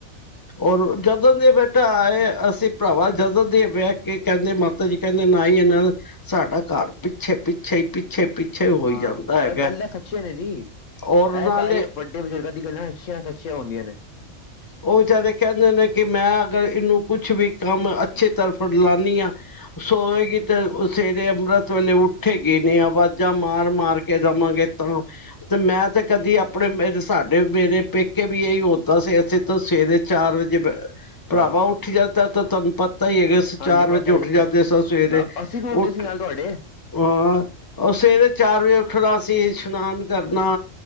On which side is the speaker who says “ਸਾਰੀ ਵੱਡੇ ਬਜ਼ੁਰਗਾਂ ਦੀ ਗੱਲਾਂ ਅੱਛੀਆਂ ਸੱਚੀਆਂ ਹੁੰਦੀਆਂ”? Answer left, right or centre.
Left